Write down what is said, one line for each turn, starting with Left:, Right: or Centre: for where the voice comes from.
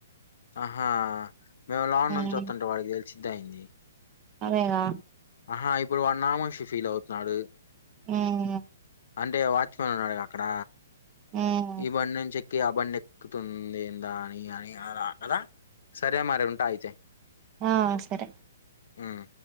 Left: ఆహా మేము లాన్
Right: ఉమ్
Left: నుంచి వస్తుంట వాడికి తెల్ సుద్ద ఏంది
Right: అదేగా
Left: ఆహా ఇప్పుడు వన్ నామోషి ఫీల్ అవుతున్నాడు
Right: ఆహ్
Left: అంటే వాడ్ ఉన్నాడు కదా అక్కడ
Right: ఉమ్
Left: ఈ బండి నుంచి ఎక్ ఆ బండి ఎక్కుతుంది ఏందా అని అని అలా కదా సరే మరి ఉంటా అయితే
Right: ఆ సరే
Left: ఉమ్.